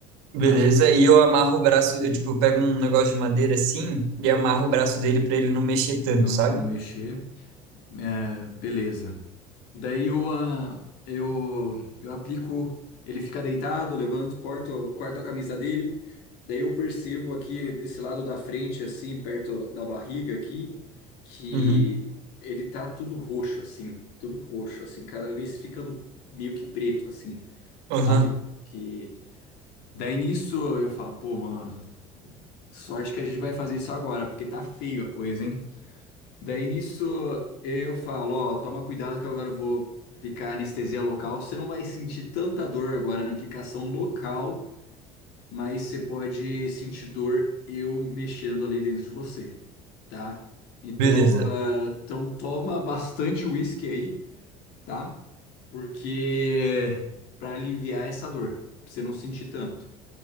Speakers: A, on the right; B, on the left.
A: Beleza?
B: tá?
A: E eu amarro o braço, eu tipo, eu pego um negócio de madeira assim e amarro o braço dele pra ele não mexer tanto,
B: Não,
A: sabe?
B: não mexer. É, beleza. Daí eu, ah, eu, eu aplico, ele fica deitado, eu levanto, corto, corto a camisa dele. Daí eu percebo aqui desse lado da frente, assim, perto da barriga aqui, que
A: Uhum.
B: ele tá tudo roxo, assim, tudo roxo, assim, cada vez ficando meio que preto, assim, sabe?
A: Aham.
B: Que daí nisso eu falo, pô, mano, sorte que a gente vai fazer isso agora, porque tá feio a coisa, hein? Daí nisso eu falo, ó, toma cuidado que agora eu vou aplicar anestesia local. Você não vai sentir tanta dor agora na aplicação local, mas você pode sentir dor eu mexendo ali dentro de você, tá? Então,
A: Beleza.
B: ah, então toma bastante uísque aí, tá? Porque para aliviar essa dor, pra você não sentir tanto.